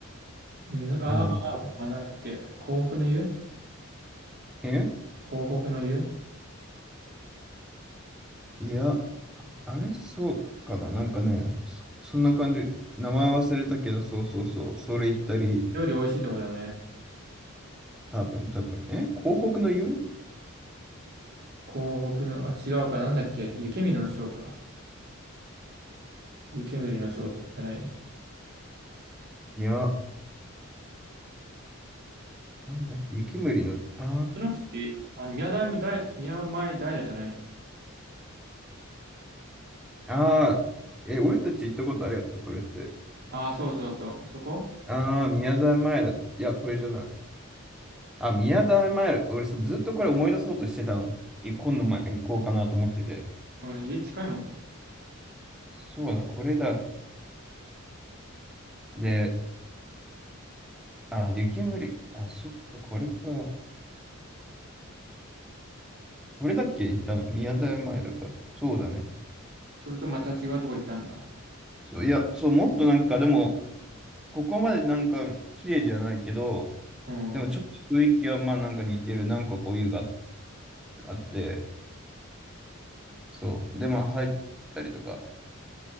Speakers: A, on the right; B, in the centre.
A: みぞああ、
B: なんか
A: あ、なんだっけ。港北の湯
B: え
A: 港北の湯
B: いや、あれそうかな、なんかね、そ、そんな感じ。名前忘れたけど、そうそうそう、それ行ったり、
A: 料理美味しいとこだよね。
B: 多分、多分。え広北の湯
A: 港北の、あ、違うか。なんだっけ。湯煙の章か。湯煙の章ってじゃない。
B: いや、なんだっけ、雪むりの、あ
A: その口、あの、宮台大、宮前平じゃないの。
B: あ、ああ、え、俺たち行ったことあるやつ、これって。
A: ああ、そうそうそう。そこ
B: ああ、宮台前ら、いや、これじゃない。あ、宮台前ら、俺そうずっとこれ思い出そうとしてたの。い今度、ま、行こうかなと思ってて。
A: うん、家近いもんね。
B: そうだ、これだ。で、あ、雪むり、あ、そっか、これか。これだっけ行ったの宮台前らか。そうだね。
A: それとまた違うとこ行ったんだ。
B: そう、いや、そう、もっとなんか、でも、ここまでなんか、綺麗じゃないけど、
A: うん。
B: でもちょっと雰囲気はまあなんか似てる。なんかこういうがあって、そう。で、まあ入ったりとか。